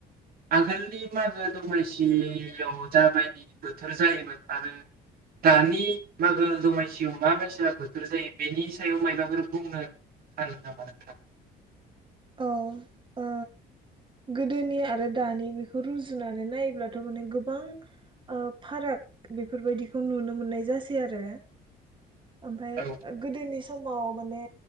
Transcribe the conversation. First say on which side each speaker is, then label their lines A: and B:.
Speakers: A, on the right; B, on the right.
A: आगोलनि मागो दमासियाव जाबायदि बोथोर जायोमोन आरो दानि मागो दमासियाव माबायसा बोथोर जायो बेनि सायाव मायबाफोर बुंनो सानो नामा नोंथाङा
B: औ ओ गोदोनि आरो दानि बेखौ रुजुनानै नायोब्लाथ' माने गोबां ओ फाराग बेफोरबायदिखौ नुनो मोननाय जासै आरो ओमफाय
A: औ
B: गोदोनि समाव माने